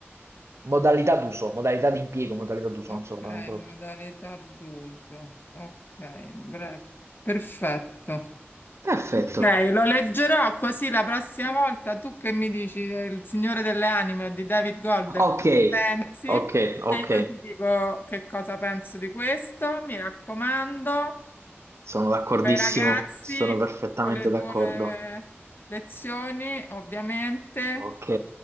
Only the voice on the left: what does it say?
ok,
modalità d'uso, ok, break, perfetto.
Ok, lo leggerò così la prossima volta tu che mi dici del Signore delle Anime o di David Golder,
che ne pensi?
E io ti dico che cosa penso di questo. Mi raccomando,
ai ragazzi,
con le tue
lezioni, ovviamente,